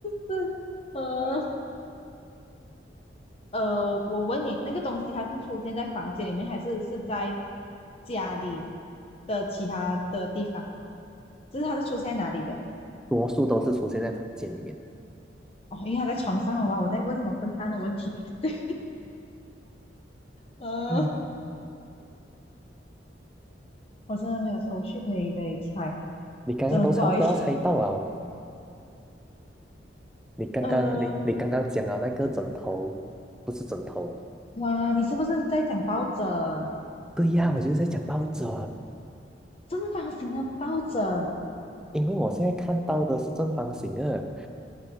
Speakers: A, on the left; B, in the centre.
A: 不是，呃呃，我问你，那个东西它是出现在房间里面，还是是在家里的其他的地方？就是它是出现在哪里的？
B: 多数都是出现在房间里面。
A: 哦，因为它在床上，好吧，我在问什么笨蛋的问题？<laughs> 对，呃，
B: 嗯，
A: 我真的没有头绪可以给你猜，
B: 你刚刚都差不多要猜到啊！
A: 真的不好意思。
B: 你刚刚你你刚刚讲了那个枕头，
A: 呃，
B: 不是枕头。
A: 哇，你是不是在讲抱枕？
B: 对呀，我就是在讲抱枕，
A: 正方形的抱枕
B: 因为我现在看到的是正方形的。